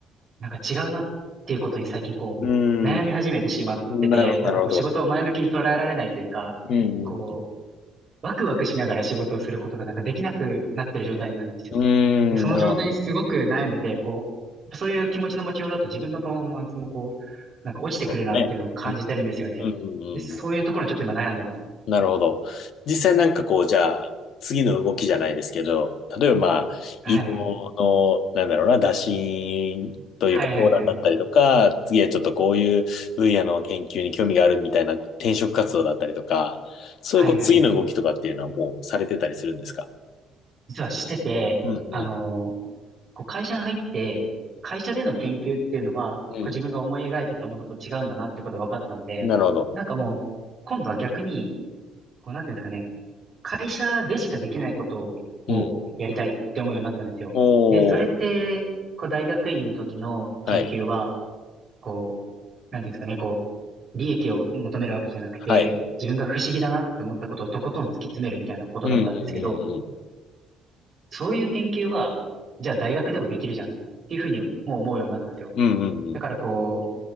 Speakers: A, on the right; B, on the left.
A: なんか違うなっていうことに最近こう、
B: うー
A: 悩み始めてしまってて、
B: ん、なるほど、
A: なんかこう仕事を前向きに捉えられないというか、
B: なるほど。うん、
A: こう、ワクワクしながら仕事をすることがなんかできなくなってる状態なんですよ。
B: うん、
A: で、その状態にすごく悩んでて、
B: うん。うーん、なるほど。
A: こう、やっぱそういう気持ちの持ちようだと自分のパフォーマンスもこう、なんか落ちてくるなっていうのを感じてるんですよね。
B: そうね。うん、うん、うん、
A: で、そういうところにちょっと今悩んでます。
B: うん。うんなるほど。実際なんかこう、じゃあ、次の動きじゃないですけど、例えばまあ、
A: はいはい。
B: 移動の、なんだろうな、打診というか相談だったりとか、
A: はいはいはいはい。
B: 次はちょっとこういう分野の研究に興味があるみたいな転職活動だったりとか、そういうこう、
A: はいはいはいはい。
B: 次の動きとかっていうのはもうされてたりするんですか
A: 実はしてて、
B: うんうん。
A: あのーこう会社に入って、会社での研究っていうのは、
B: う
A: こう自分が思い描いてたものと違うんだなってことが分かったので、
B: ん。なるほど。
A: なんかもう、今度は逆に、こうなんていうんですかね、会社でしかできないことをやりたいって思うようになったんですよ。
B: うん。おー。
A: で、それって、こう大学院の時の研究は、
B: はい。
A: こう、なんていうんですかね、こう、利益を求めるわけじゃなくて、
B: はい。
A: 自分が不思議だなって思ったことをとことん突き詰めるみたいなことだったんですけど、
B: うんうん
A: そういう研究は、じゃあ大学でもできるじゃんっていうふうにもう思うようになったんですよ。
B: うんうん。うんうんうん。
A: だからこう、